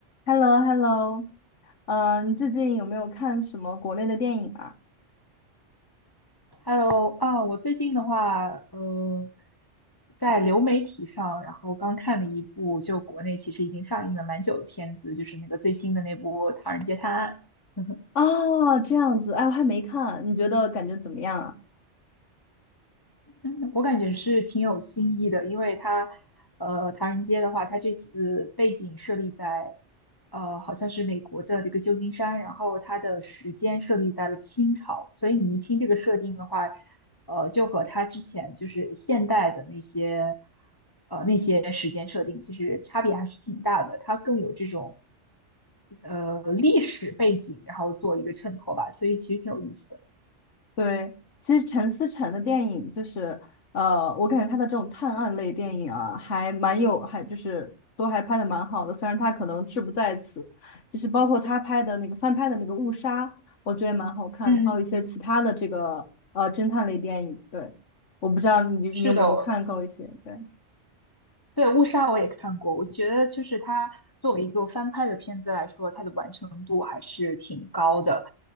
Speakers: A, on the left; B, on the left.
A: h e l l o h e l l o 呃，你最近有没有看什么国内的电影啊？
B: Hello 啊，我最近的话，呃，在流媒体上，然后刚看了一部，就国内其实已经上映了蛮久的片子，就是那个最新的那部《唐人街探案》。<laughs>
A: 哦，这样子，哎，我还没看，你觉得感觉怎么样啊？
B: 嗯，我感觉是挺有新意的，因为它，呃，唐人街的话，它这次背景设立在，呃，好像是美国的这个旧金山，然后它的时间设立在了清朝，所以你一听这个设定的话，呃，就和它之前就是现代的那些，呃，那些时间设定其实差别还是挺大的，它更有这种呃历史背景，然后做一个衬托吧，所以其实挺有意思的。
A: 对，其实陈思诚的电影就是，呃，我感觉他的这种探案类电影啊，还蛮有，还就是都还拍的蛮好的，虽然他可能志不在此，就是包括他拍的那个翻拍的那个《误杀》，我觉得也蛮好看的，
B: 嗯，
A: 还有一些其他的这个呃侦探类电影，对，我不知道你你有没有看过一些，
B: 是的，
A: 对，
B: 对，《误杀》我也看过，我觉得就是它作为一个翻拍的片子来说，它的完成度还是挺高的。